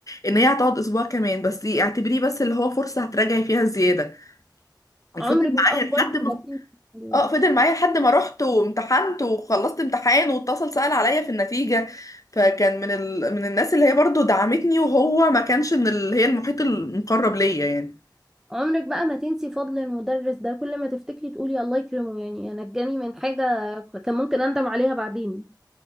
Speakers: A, on the left; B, in the centre.
A: ان هي هتقعد اسبوع كمان بس اعتبريه بس اللي هو فرصه هتراجعي فيها زياده وفضل
B: عمرك بقى
A: معايا لحد
B: برضه
A: ما
B: ما تنسي الكلام
A: اه
B: ده.
A: فضل معايا لحد ما رحت وامتحنت وخلصت امتحان واتصل سأل عليا في النتيجه فكان من ال... من الناس اللي هي برضو دعمتني وهو ما كانش من اللي هي المحيط المقرب ليا يعني
B: عمرك بقى ما تنسي فضل المدرس ده كل ما تفتكري تقولي الله يكرمه يعني نجاني من حاجه كان ممكن اندم عليها بعدين